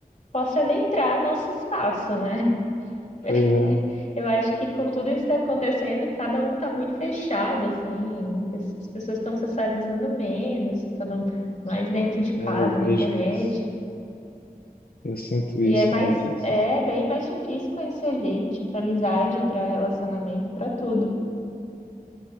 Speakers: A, on the left (about 50°); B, on the left (about 80°).
A: possa adentrar o nosso espaço, né? <laughs>
B: Pois
A: Porque
B: é.
A: eu acho que com tudo isso que está acontecendo, cada um está muito fechado, assim, as pessoas estão socializando menos, ficando mais dentro de casa,
B: É, eu vejo
A: na internet.
B: isso. Eu sinto isso
A: E é mais,
B: muito, assim.
A: é bem mais difícil conhecer gente para amizade, para relacionamento, para tudo.